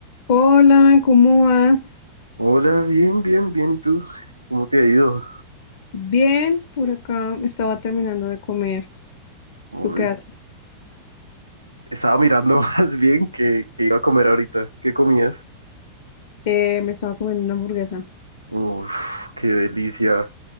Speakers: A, on the left; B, on the right.
A: Hola, ¿cómo vas?
B: Hola, bien, bien, bien. ¿Y tú? ¿Cómo te ha ido?
A: Bien, por acá estaba terminando de comer.
B: Uy,
A: ¿Tú qué haces?
B: estaba mirando <laughs> más bien que, que iba a comer ahorita. ¿Qué comías?
A: Eh, me estaba comiendo una hamburguesa,
B: Uf, qué delicia,